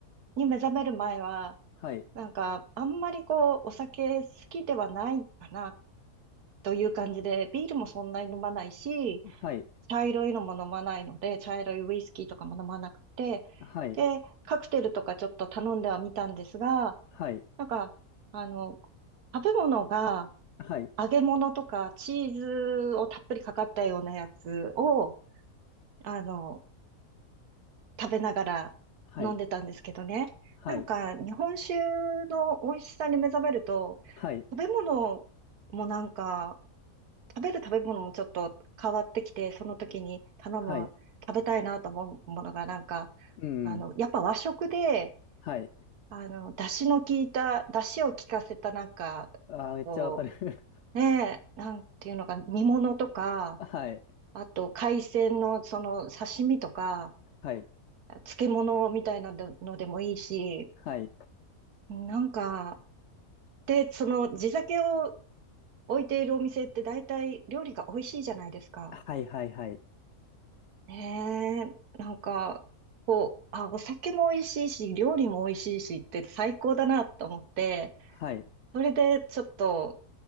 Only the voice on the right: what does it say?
に目覚める前は、
なんか、あんまりこう、お酒好きではないかな、という感じで、ビールもそんなに飲まないし、
茶色いのも飲まないので、茶色いウイスキーとかも飲まなくて、
で、カクテルとかちょっと頼んではみたんですが、
なんか、あの、食べ物が
揚げ物とかチーズをたっぷりかかったようなやつを、あの、食べながら飲んでたんですけどね。
なんか、日本酒の美味しさに目覚めると、
食べ物もなんか、食べる食べ物もちょっと変わってきて、その時に頼む、
食べたいなと思うものがなんか、
あの、やっぱ和食で、
あの、出汁の効いた、出汁を効かせたなんか、
こ
う、ねえ、なんていうのか、煮物とか、
あと海鮮のその刺身とか、
漬物みたいなのでもいいし、
なんか、で、その地酒を置いているお店って大体料理が美味しいじゃないですか。
ねえ、なんか、こう、あ、お酒も美味しいし、料理も美味しいしって最高だなと思って、
それでちょっと、